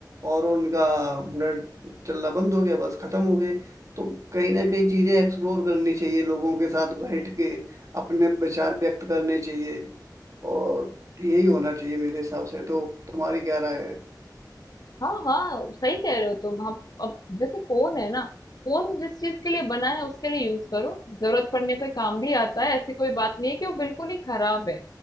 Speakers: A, on the right; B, on the left.
A: और उनका ब्लड चलना बंद हो गया बस खत्म हो गए तो कहीं ना कहीं चीजें एक्सप्लोर करनी चाहिए लोगों के साथ बैठ के अपने विचार व्यक्त करने चाहिए और यही होना चाहिए मेरे हिसाब से तो तुम्हारी क्या राय है
B: हाँ हाँ सही कह रहे हो तुम हम अब जैसे फोन है ना फोन जिस चीज के लिए बना है उसके लिए यूज करो जरूरत पड़ने पे काम भी आता है ऐसी कोई बात नहीं है कि वो बिल्कुल ही खराब है